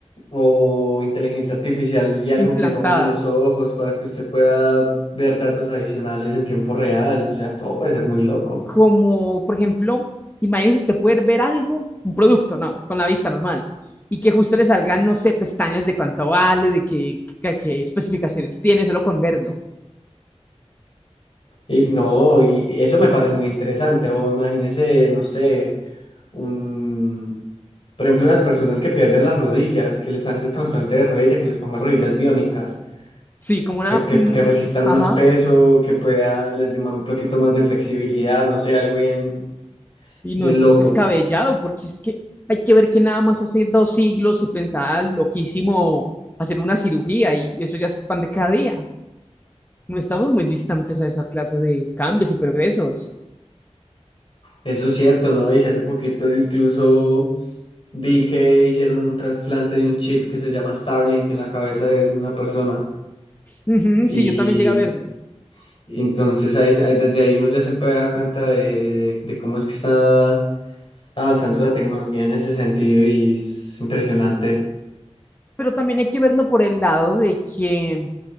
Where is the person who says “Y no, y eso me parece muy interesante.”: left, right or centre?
Left